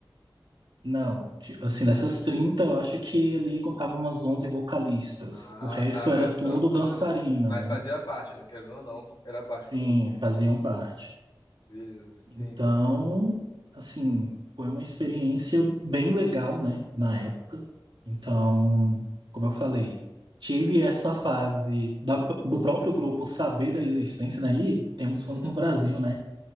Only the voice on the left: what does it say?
Ah,
tá, o
resto
dançando
ali. Mas
fazia parte, né? Querendo ou não, era parte
do grupo.
Beleza, entendi.
Uhum.